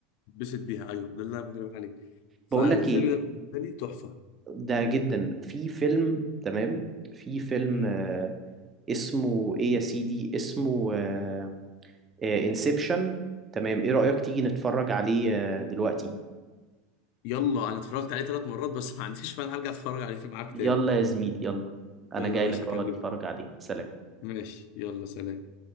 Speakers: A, on the left (about 55°); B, on the right (about 20°).
A: بسط بيها ايوه ده اللي انا بكلمك عليه فالفيلم
B: بقولك ايه
A: ده بالنسبه لي تحفه
B: ده جدا في فيلم تمام في فيلم
A: مم.
B: آه، اسمه ايه يا سيدي اسمه آه، انسبشن تمام ايه رأيك تيجي نتفرج عليه آه، دلوقتي
A: يلا انا اتفرجت عليه ثلاث مرات بس ما عنديش فن هرجع اتفرج عليه معاك
B: يلا
A: تاني
B: يا زميلي يلا انا
A: يلا
B: جاي
A: يا باشا
B: لك
A: اكلمك
B: اهو اتفرج عليه سلام
A: ماشي يلا سلام